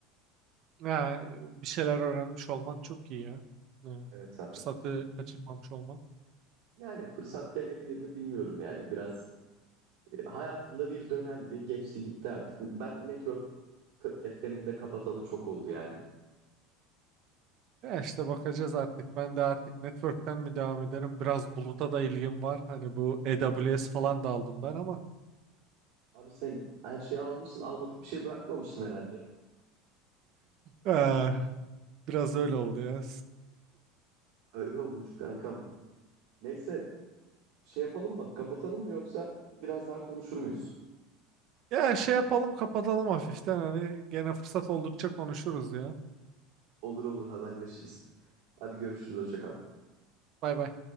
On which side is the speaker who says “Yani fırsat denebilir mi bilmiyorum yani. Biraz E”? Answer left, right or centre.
Right